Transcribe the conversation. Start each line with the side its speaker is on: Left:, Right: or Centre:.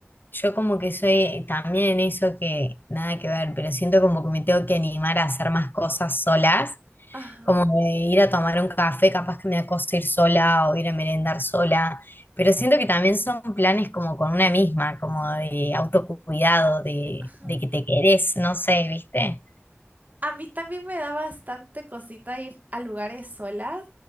Left: Yo como que soy también en eso que nada que ver, pero siento como que me tengo que animar a hacer más cosas solas
Right: Ajá,
Left: como de ir a tomar un café, capaz que me da cosa ir sola o ir a merendar sola, pero siento que también son planes como con una misma, como de autocuidado, de,
Right: ajá.
Left: de que te querés, no sé, ¿viste?
Right: A mí también me da bastante cosita ir a lugares solas,